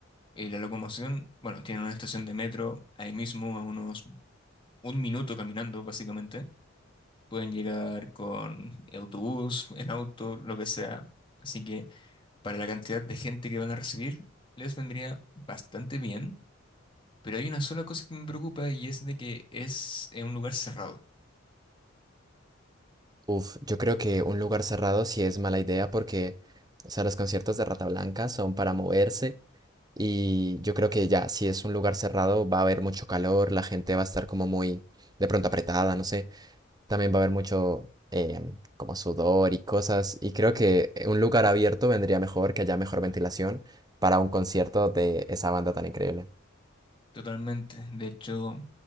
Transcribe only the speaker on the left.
Y la locomoción, bueno, tienen una estación de metro ahí mismo, a unos un minuto caminando, básicamente. Pueden llegar con autobús, en auto, lo que sea. Así que para la cantidad de gente que van a recibir, les vendría bastante bien. Pero hay una sola cosa que me preocupa y es de que es eh, un lugar cerrado,
totalmente. De hecho,